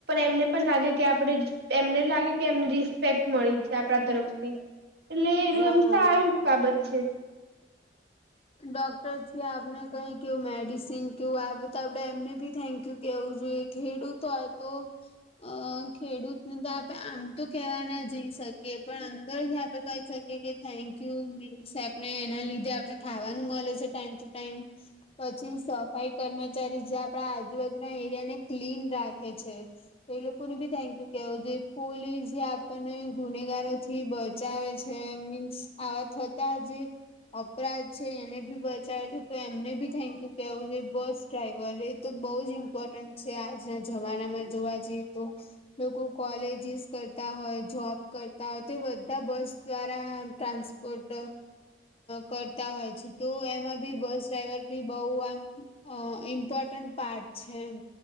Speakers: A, on the right (about 65°); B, on the left (about 35°).
A: એમને પણ લાગે કે આપણે એમને લાગે કે એમને રિસ્પેક્ટ મળી છે આપણા તરફ થી એટલે એનું
B: હા
A: એમ સારી બાબત છે.
B: ડોક્ટર છે આપને કઈ કેવું મેડિસિન કેવું આવે તો આપણે એમને બી થેન્ક કહેવું જોઈએ ખેડૂત હોય તો અ ખેડૂતને તો આપે આમ તો કહેવા ના જઈ શકીએ પણ અંદરથી આપે કહી શકીએ કે થેન્ક યુ મિન્સ આપણે એના લીધે આપણે ખાવાનું મળે છે ટાઈમ ટુ ટાઈમ. પછી સફાઈ કર્મચારી જે આપણા આજુબાજુના એરિયા ને ક્લીન રાખે છે. તો એ લોકોનું બી થેન્ક યુ કેવું જો પોલીસ જે આપણને ગુનેગારો થી બ બચાવે છે, મીન્સ આવા થતા જે અપરાધ છે એને બી બચાવે છે તો એમને બી થેન્ક યુ કેવું જોઈએ બસ ડ્રાઈવરે. તો બહુ જ ઇમ્પોર્ટન્ટ છે આજના જમાનામાં જોવા જઈએ તો. લોકો કોલેજીસ કરતા હોય, જોબ કરતા હોય તો બધા બસ દ્વારા ટ્રાન્સ તો ટ કરતા હોય છે તો એમાં બી બસ ડ્રાઈવર ભી બઉ આમ અ ઇમ્પોર્ટન્ટ પાર્ટ છે એમ